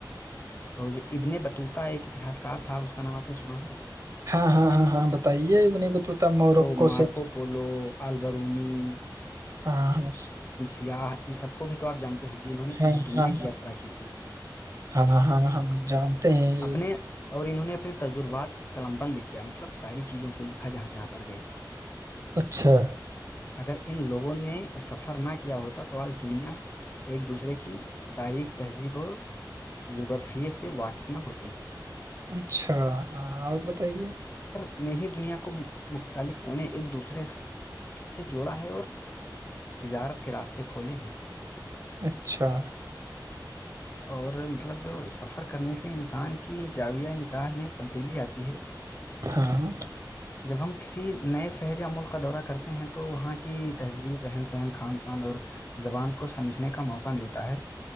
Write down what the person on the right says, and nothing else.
ہاں ہاں ہاں ہاں بتائیے ا نہیں ب توتا مورک
سے
ہاں ہاں
ہاں
ہاں
ہاں ہاں ہاں ہم جانتے ہیں یہ
اچھا
اچھا ہاں آپ بتائیے
اچھا
ہاں